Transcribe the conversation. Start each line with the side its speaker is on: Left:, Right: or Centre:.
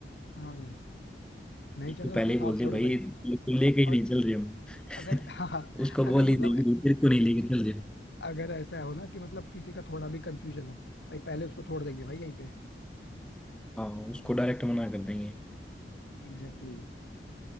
Left: हाँ नहीं
Centre: उसको
Left: चलना
Centre: पहले
Left: उसको
Centre: ही
Left: साफ
Centre: बोल
Left: छोड़
Centre: दे भाई
Left: दो भाई
Centre: बिल्कुल लेके ही
Left: और
Centre: नहीं चल रहे हम
Left: अगर
Centre: <laughs>
Left: <laughs> हाँ
Centre: उसको बोल
Left: अगर
Centre: ही
Left: मतलब
Centre: देंगे भाई, तेरे को नहीं लेके चल रहे
Left: अगर ऐसा हो ना कि मतलब किसी का थोड़ा भी कंफ्यूजन हो भाई पहले उसको छोड़ देंगे भाई यहीं पे
Centre: हाँ उसको डायरेक्ट मना कर देंगे
Left: Exactly exactly.